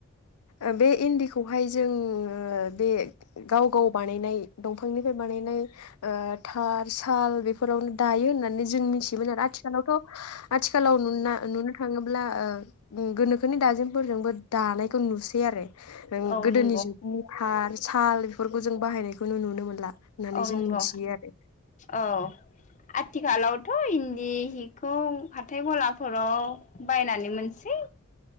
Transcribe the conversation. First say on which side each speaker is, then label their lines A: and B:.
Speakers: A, on the left; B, on the left.
A: ओ बे इन्दिखौहाय जों ओ बे गाव गाव बानायनाय दंफांनिफ्राय बानायनाय ओ थार साल बेफोरावनो दायो होननानै जों जों मिथियोमोन आरो आथिखालावथ' आथिखालाव नुना नुनो थाङोब्ला ओ उम गोनोखोनि दाजेमफोरजोंबो दानायखौ नुसै आरो ओ
B: औ
A: गोदोनि
B: नंगौ
A: जुगनि थार साल बेफोरखौ जों बाहायनायखौ नो नुनो मोनला। होननानै
B: औ
A: जों
B: नंगौ
A: मिथियो आरो
B: औ आथिखालावथ इन्दि हिखौ हाथाइ गलाफोराव
A: औ
B: बायनानै मोनसै!